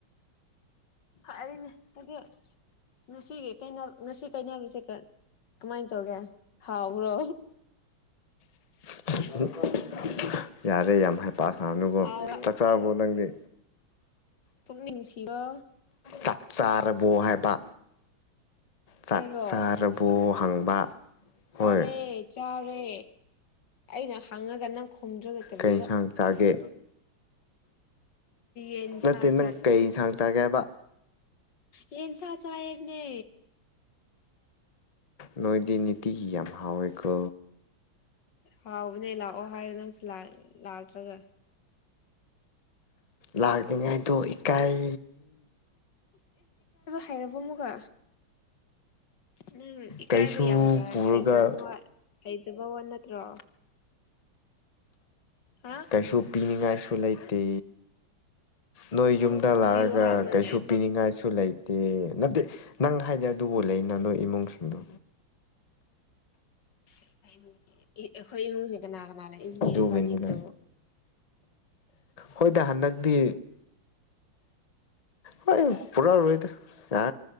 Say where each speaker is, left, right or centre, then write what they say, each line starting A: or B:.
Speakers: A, on the left; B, on the left.
A: ꯐꯔꯤꯅꯦ ꯑꯗꯨꯗꯤ ꯉꯁꯤꯒꯤꯅ ꯉꯁꯤ ꯀꯩꯅꯕꯤꯁꯦ ꯀꯃꯥꯏ ꯇꯧꯒꯦ ꯍꯥꯎꯕ꯭ꯔꯣ
B: <unintelligible> ꯌꯥꯔꯦ ꯌꯥꯝ ꯍꯩꯄꯥ ꯁꯥꯅꯨꯀ‌ꯣ
A: ꯍꯥꯎꯔ
B: ꯆꯥꯛ ꯆꯔꯕꯣ ꯅꯪꯗꯤ
A: ꯄꯨꯛꯅꯤꯡꯅꯨꯡꯁꯤ ꯋꯥ
B: ꯆꯥꯛ ꯆꯥꯔꯕꯣ ꯍꯥꯏꯕ ꯆꯥꯛ
A: ꯑꯩꯔꯣ
B: ꯆꯥꯔꯕꯣ ꯍꯪꯕ
A: ꯆꯥꯔꯦ
B: ꯍꯣꯏ
A: ꯆꯥꯔꯦ ꯑꯩꯅ ꯍꯪꯉꯒ ꯅꯪ ꯈꯨꯝꯗ꯭ꯔꯒ ꯀꯔꯤꯔ
B: ꯀꯩ ꯏꯟꯁꯥꯡ ꯆꯥꯒꯦ
A: ꯌꯦꯟꯁꯥ
B: ꯅꯠꯇꯦ ꯅꯪ ꯀꯩ ꯏꯟꯁꯥꯡ ꯆꯥꯒꯦ ꯍꯥꯏꯕ
A: ꯌ‌ꯦꯟꯁꯥ ꯆꯥꯏꯍꯥꯏꯕꯅꯦ
B: ꯅꯣꯏꯗꯤ ꯅꯤꯇꯤꯒꯤ ꯌꯥꯝ ꯍꯥꯎꯋꯦꯀꯣ
A: ꯍꯥꯎꯕꯅꯦ ꯂꯥꯛꯑꯣ ꯍꯥꯏꯔꯦ ꯅꯪꯁꯨ ꯂꯥꯛꯇ꯭ꯔꯒ
B: ꯂꯥꯛꯅꯤꯉꯥꯏꯗꯣ ꯏꯀꯥꯏ
A: ꯍꯥꯏꯔꯕꯣ ꯑꯃꯨꯒ ꯅꯪ ꯏꯀꯥꯏꯕ
B: ꯀꯩꯁꯨ
A: ꯌꯥꯝꯒ
B: ꯄꯨꯔꯒ
A: ꯍꯩꯕ ꯍꯩꯇꯕ ꯋꯥ ꯅꯠꯇ꯭ꯔꯣ ꯍꯥ
B: ꯀꯩꯁꯨ ꯄꯤꯅꯤꯡꯉꯥꯏꯁꯨ ꯂꯩꯇꯦ ꯅꯣꯏ ꯌꯨꯝꯗ ꯂꯥꯛꯑꯒ
A: ꯄꯤꯌꯨ ꯍꯥꯏꯕ꯭ꯔꯅꯦ
B: ꯀꯩꯁꯨ ꯄꯤꯅꯤꯡꯉꯥꯏꯁꯨ ꯂꯩ ꯇꯦ ꯅꯠꯇꯦ ꯅꯪ ꯍꯥꯏꯗꯤ ꯑꯗꯨꯕꯨ ꯂꯩ ꯅ ꯅꯣꯏ ꯏꯃꯨꯡꯁꯤꯡꯗꯣ
A: ꯨꯑꯁ ꯑꯩꯈꯣꯏ ꯏꯃꯨꯡꯁꯦ ꯀꯅꯥ ꯀꯅꯥ ꯂꯩ ꯏꯅ‌ꯦ
B: ꯑꯗꯨꯒꯤꯅꯤꯗ
A: ꯏꯕꯥꯅꯤꯈꯛꯇꯕꯨ
B: ꯍꯣꯏꯗ ꯍꯟꯗꯛꯇꯤ ꯍꯣꯏ ꯄꯨꯔꯥꯔ‌ꯏꯗ ꯌꯥ